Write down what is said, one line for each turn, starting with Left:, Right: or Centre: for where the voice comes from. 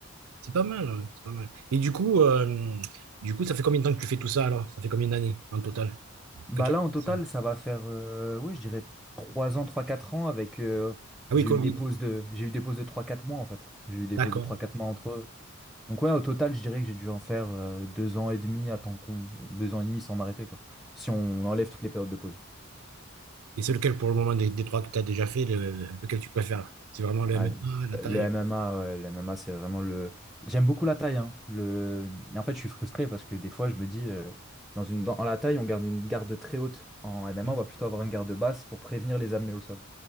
Right: C'est pas mal, ouais, c'est pas mal. Et du coup, euh, du coup, ça fait combien de temps que tu fais tout ça alors? Ça fait combien d'années en total
Centre: Bah
Right: que tu
Centre: là,
Right: as commencé
Centre: en total, ça va faire, euh, ouais, je dirais 3 ans, trois quatre ans avec. euh,
Right: Ah oui,
Centre: j'ai
Right: Covid,
Centre: eu des pauses de, j'ai eu des pauses de trois quatre mois en fait. J'ai eu des
Right: d'accord.
Centre: pauses de trois quatre mois entre eux. Donc ouais, au total, je dirais que j'ai dû en faire euh, 2 ans et demi à temps con, 2 ans et demi sans m'arrêter quoi. Si on enlève toutes les périodes de pause.
Right: Et c'est lequel pour le moment des, des trois que tu as déjà fait, le- lequel tu préfères? C'est vraiment le
Centre: Ah,
Right: MMA, la taille?
Centre: le MMA, ouais, le MMA, c'est vraiment le. J'aime beaucoup la taille, hein. Le... En fait, je suis frustré parce que des fois, je me dis. euh, Dans une, dans la taille, on garde une garde très haute. En MMA,
Right: oui.
Centre: on va plutôt avoir une garde basse pour prévenir les amener au sol.